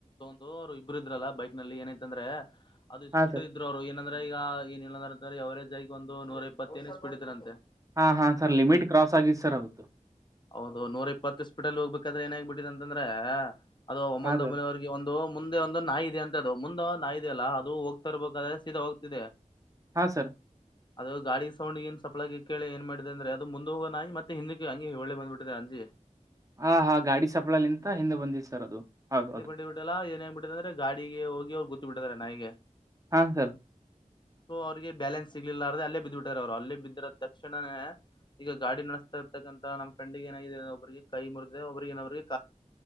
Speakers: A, on the left; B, on the right.
A: ಅವ್ರು ಇಬ್ರು ಇದ್ರಲ್ಲ ಬೈಕ್ ನಲ್ಲಿ ಏನೈ ಅಂದ್ರೆ ಅದು
B: ಹಾ
A: ಸ್ಪೀಡ್
B: ಸರ್
A: ಇದ್ರು್ರು ಏನ ಅಂದ್ರೆ ಈಗ ಏ ಇ ಅವರೇಜ್ ಆಗಿ ಒಂದು ನೂರ ಇಪ್ಪತ್ತೇನ ಸ್ಪೀಡ್ ಇದರ ಅಂತೆ
B: ಹಾ ಹಾ ಸರ್ ಲಿಮಿಟ್ ಕ್ರಾಸ್ ಆಗಿದ್ ಸರ್ ಹೌದು
A: ಹೌದು ನೂರ ಇಪ್ಪತ್ತು ಇಷ್ಟಪಿಟಲ್ಲಿ ಹೋಗ್ಬೇಕಾದ್ರೆ ಏನ ಹಾಗ್ಬ ಬಿಟ್ಟಿದೆ ಅಂತಂದ್ರೆ ಅದು ಒಮಲ್ದೊಮಲ್
B: ಹಾ ಸರ್
A: ಅವಿಗೆ ಒಂದು ಮುಂದೆ ಒಂದು ನಾಯಿ ಇದೆ ಅಂತ ದು ಮುಂದ ನಾ ಇದೆಯಲ್ಲ ಅದು ಹೋಗ್ತರ್ಬೇಕಾದ್ರೆ ಸೀದಾ ಹೋಗ್ತಿದೆ
B: ಹಾ ಸರ್
A: ಅದು ಗಾಡಿ ಸೌಂಡ್ ಏನ್ ಸಪ್ಲಾಗ ಕೇಳ ಏ ಮಾಡಿದೆ ಅಂದ್ರೆ ಅದು ಮುಂದ ಹೋಗೋ ನಿ ಮತ್ತೆ ಹಿಂದಿೆಿ ಒಳ್ಳೆ ಬಂದಬಿಟ್ಟಿದೆ ಅಂಜಿ
B: ಹ ಹಾ ಗಾಡಿ ಸಪ್ಳಲ್ಂತ ಹಿಂದೆ ಬಂದಿದೆ್ ಸರ್ ಅದು ಹೌದೌದು
A: ಹಿಂದೆ ಬಿ ಬಿಟ್ಟಲ್ಲ ಏನ್ ಹಂಗನ್ ಬಿಟ್ಟಿದೆ ಅಂದ್ರ ಗಾಿಗೆ ಹೋಗಿ ಅವ್ರು ಗೊತ್ ಬಿಟ್ಟತಾರೆ ನಗೆ
B: ಹಾ ಸರ್
A: ಸೊ ಅವ್ರಿಗೆ ಬ್ಯಾಲೆನ್ಸ್ ಸಿಗ್ಲಿಲ್ಲ ಅ್ರೆ ಅಲ್ಲೇ ಬಿದ್ದ್ ಬಿಿಟ್ಟಾರೆ ಅವ್ರು ಅಲ್ಲೇ ಬಿದ್ದ್ರ ತಕ್ಷಣನೇ ಈಗ ಗಾಡಿ ನಡೆಸ್ತ ತತಕ್ಕಂತ ನಮ್ಮ ಫ್ರೆಂಡ್ ಏನಾಗಿದೆ ಒಬ್ರಿಗೆ ಕೈ ಮುರಿದೆ ಒಬರಿಗೆಗನೋ್ರಿಗೆ